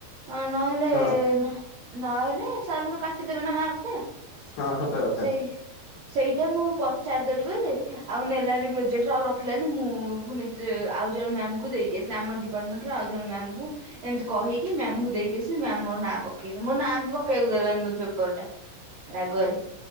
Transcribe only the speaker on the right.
ଅ ନହେଲେ
ନ ନହେଲେ ସାର୍ ପୁଣି କାଟି ଦେବେ ନା ମାର୍କ ଟା।
ସେଇ ସେଇଟା ମୁଁ ପଚାରିଦେଲି ବୋଲି ଆଉ ନେଲାନି ପ୍ରୋଜେକ୍ଟ ଆଉ ରଖିଲାନି ମୁଁ ପୁଣି ନିଜେ ଆଉ ଜଣେ ମ୍ୟାମ କୁ ଦେଇକି ଆସିଲି ଆମ ଡିପାର୍ଟମେଣ୍ଟର ଆଉ ଜଣେ ମ୍ୟାମ କୁ ଏମତି କହିକି ମ୍ୟାମକୁ ଦେଇକି ଆସିଲି ମ୍ୟାମ ମୋର ନାଁ ପକେଇଲେ ମୋ ନାଁ ବି ପକେଇବାକୁ ଦେଲାନି ମତେ ପେପର ଟା। ଘରେ